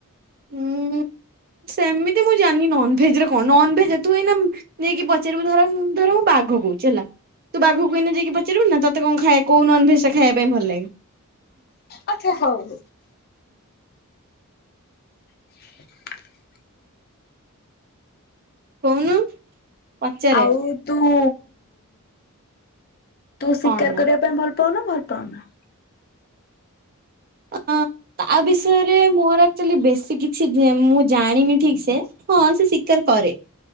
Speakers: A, on the right; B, on the left.
A: ଉଁ ସେମିତି ମୁଁ ଜାଣିନି ନନଭେଜ ରେ କଣ ନନଭେଜ ତୁ ଏଇନା ଯାଇକି ପଚାରିବୁ ଧର ଧର ମୁଁ ବାଘ କହୁଛି ହେଲା ତୁ ବାଘକୁ ଏଇନା ଯାଇକି ପଚାରିବୁ ନା ତତେ କଣ ଖାଇବା କୋଉ ନନ ଭେଜ୍ ଟା ଖାଇବା ପାଇଁ ଭଲ ଲାଗେ
B: ଆଚ୍ଛା ହଉ <inaudible>
A: କହୁନୁ। ପଚାରେ
B: ଆଉ ତୁ ତୁ ଶିକାର
A: କଣ ମୁଁ
B: କରିବା ପାଇଁ ଭଲ ପାଉନା ଭଲ ପାଉନା?
A: ଅ ତା ବିଷୟରେ ମୋର ଆଚୁଲି ବେଶୀ କିଛି ମୁଁ ଜାଣିନି ଠିକ ସେ। ହଁ ସେ ଶିକାର୍ କରେ।